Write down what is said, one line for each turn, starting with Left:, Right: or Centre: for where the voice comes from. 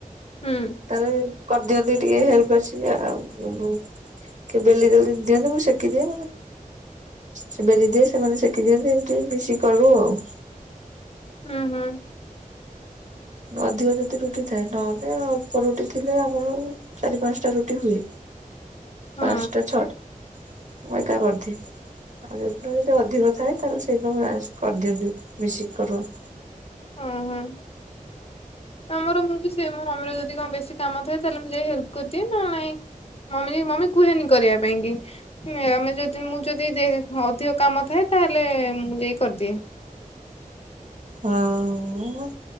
Left: ହୁଁ
Right: ତାଲେ କରିଦିଅନ୍ତି ଟିକେ ହେଲ୍ପ ଆସିକି ଆଉ କିନ୍ତୁ କିଏ ବେଲି ଦିଅନ୍ତି ମୁଁ ସେକି ଦିଏ, ସେ ବେଲି ଦିଏ ସେମାନେ ସେକି ଦିଅନ୍ତି ଆଉ। ତି ମିଶିକି କରୁ ଆଉ
Left: ହୁଁ ହଁ
Right: ଅଧିକ ଯଦି ରୁଟିଥାଏ ନହେଲେ ଅଳପ ରୁଟି ଥିଲେ ଆମର ଚାରି ପାଁସଟା ରୁଟି ହୁଏ
Left: ହଁ
Right: ପାଁସଟା ଛଅଟା ମୁଁ ଏକା କରିଦିଏ। ଆଉ ଯୋଉ ଦିନ ଯଦି ଅଧିକଥାଏ ତାହେଲେ ସେଇିଦିନ ଆସିକି କରିଦିଅନ୍ତି ମିଶିକି କରୁ ଆମେ।
Left: ହଁ ହଁ ଆମର ମୁଁବି ସେୟା ମୋ ମମିର ଯଦି କଣ ବେଶୀ କାମଥାଏ ତାହେଲେ ମୁଁ ଯାଇ ହେଲ୍ପ କରିଦିଏ ନହେନେ ନାଇଁ। ମମି ମମି କୁହେନି କରିବା ପାଇଁକି। ମେ ଆମେଯଦି ମୁଁ ଯଦି ଯେ ଅଧିକ କାମଥାଏ ତାହେଲେ ମୁଁ ଯାଇ କରିଦିଏ।
Right: ହଁ ଉୁଁ